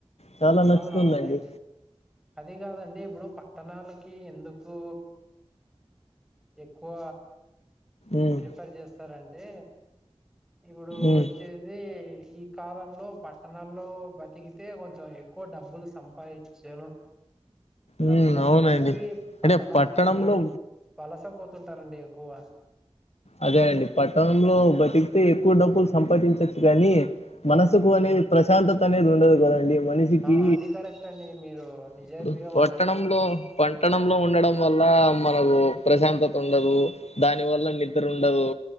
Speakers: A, on the left; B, in the centre.
A: చాలా నచ్చుతుందండి
B: అవును అవునులేండి అది కాదండి ఇప్పుడు పట్టణాలకి ఎందుకు ఎక్కువ
A: ఉమ్
B: ప్రిఫర్ చేస్తారంటే ఇప్పుడు
A: ఉమ్
B: వొచ్చేదీ ఇ కాలంలో పట్టణాల్లో బతికితే కొంచెం ఎక్కువ డబ్బులు సంపాఇంచెను
A: ఉమ్
B: అందుకని
A: అవునండి
B: చెప్పి పట్టణాల్కి
A: అంటే పట్టణంలో
B: ఎక్కువ వలస పోత్ పోతుంటారండి ఎగువ
A: అదే అండి పట్టణంలో బతికితే ఎక్కువ డబ్బులు సంపాదించచ్చు కానీ మనసుకు
B: ఆ
A: అనేది ప్రశాంతతఅనేది ఉండదు కదండి మనిషికీ
B: ఆ అది కరెక్ట్ అండి మీరు నిజాయితీగా
A: ఇప్పుడు
B: మాట్లాడుతున్నారు
A: పట్టణంలో పంట్టణంలో ఉండడం వల్ల మనకు ప్రశాంతతుండదు దాని వల్ల నిద్ర ఉండదు